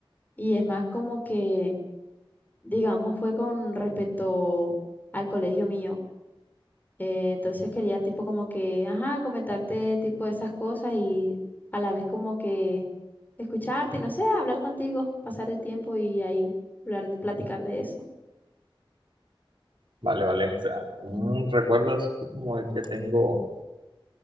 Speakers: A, on the left; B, on the right.
A: Y es más como que, digamos, fue con respecto al colegio mío. Eh, entonces quería tipo como que, ajá, comentarte tipo esas cosas y a la vez como que escucharte y no sé, hablar contigo, pasar el tiempo y ahí hablar, platicar de eso.
B: Vale, vale, o sea, un recuerdo así como el que tengo